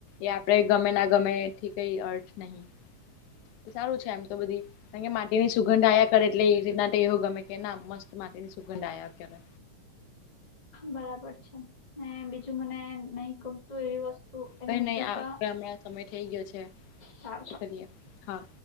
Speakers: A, on the left; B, on the left.
A: એ આપણેે ગમે ના ગમે એથી કઈ અર્થ નહીં. સારું છે એમ તો બધી, કારણ કે માટીની સુગંધ આયા કરે એટલે એ રીતના તેહો ગમે કે ના મસ્ત માટી ની સુગંધ આયા કરે.
B: બરાબર છે, ને બીજું મને એમ નહી ગમતું એવી વસ્તુ અને
A: કઈ
B: બીજું
A: નહીં આપ
B: તો
A: હમણાં સમય થઈ ગયો છે,
B: સારું ચાલ
A: એ કરીએ હા.